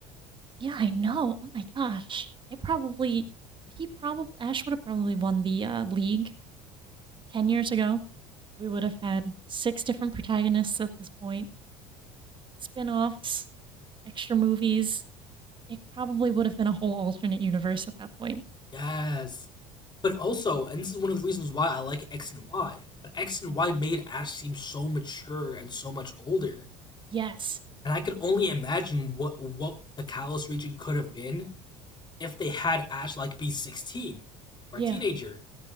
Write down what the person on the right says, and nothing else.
yeah, I know. Oh my gosh, it probably he probably Ash would have probably won the uh, league 10 years ago, we would have had six different protagonists at this point, spin offs, extra movies. It probably would have been a whole alternate universe at that point.
Yes.
Yeah.
<sighs>